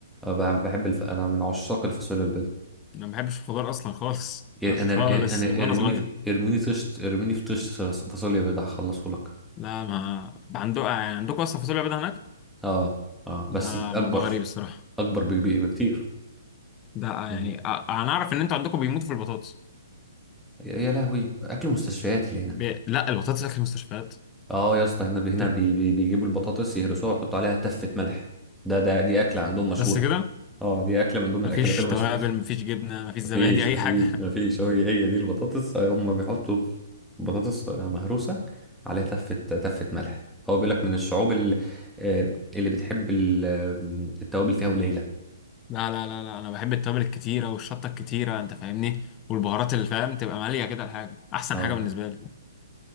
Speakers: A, in the centre; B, on the left (about 25°).
A: وب- بحب الف... انا من عشاق الفاصوليا البيضه
B: انا ما بحبش الخضار اصلا خالص
A: إيه، انا
B: خالص
A: انا
B: من وانا
A: ارميني
B: صغير
A: في... ارميني طشت ارميني في طشت فاص- فاصوليا بيضه هخلصه لك
B: لا ما ده عندكم عندكم اصلا فاصوليا بيضاء هناك
A: اه اه بس
B: ده
A: اكبر
B: موضوع غريب الصراحه
A: اكبر بكبير بكتير
B: ده
A: يعني
B: يعني أ- انا اعرف ان انتوا عندكم بيموتوا في البطاطس
A: يا يا لهوي اكل مستشفيات اللي هنا
B: ب... لا البطاطس اكل المستشفيات
A: اه يا اسطى هنا بي... هنا
B: طب
A: بي... بي... بيجيبوا البطاطس يهرسوها ويحطوا عليها تفه ملح ده ده دي اكله عندهم مشهوره
B: بس كده
A: اه دي اكله من ضمن الاكلات
B: مفيش
A: المشهوره
B: توابل مفيش جبنه مفيش
A: مفيش
B: زبادي اي
A: مفيش
B: حاجه
A: مفيش هو هي دي البطاطس هم بيحطوا بطاطس مهروسة عليها تفة تفة ملح هو بيقول لك من الشعوب اللي, اللي بتحب ال- آه، التوابل فيها قليلة
B: لا لا لا لا انا بحب التوابل الكتيره والشطه الكتيره انت فاهمني والبهارات اللي فاهم تبقى ماليه كده الحاجه احسن
A: اه
B: حاجه بالنسبه لي